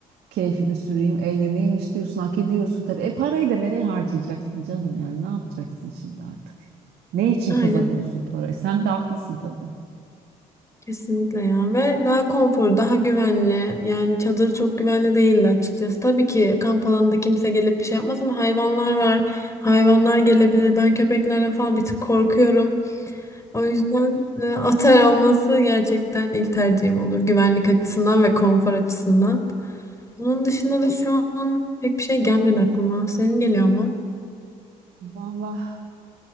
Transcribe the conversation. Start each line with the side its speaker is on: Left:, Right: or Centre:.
Right: Keyfimi süreyim, eğleneyim istiyorsun. Hak ediyorsun tabii. E parayı da nereye harcayacaksın canım yani? Ne yapacaksın şimdi artık? Ne için
Left: Aynen
Right: kazanıyorsun parayı? Sen de haklısın tabii.
Left: kesinlikle ya ve daha konfor daha güvenli yani çadır çok güvenli değildi açıkçası tabii ki kamp alanında kimse gelip bir şey yapmaz ama hayvanlar var hayvanlar gelebilir ben köpeklerden falan bir tık korkuyorum O yüzden e, atar olması gerçekten ilk tercihim olur. Güvenlik açısından ve konfor açısından. Onun dışında da şu an pek bir şey gelmedi aklıma. Senin geliyor mu?
Right: Vallahi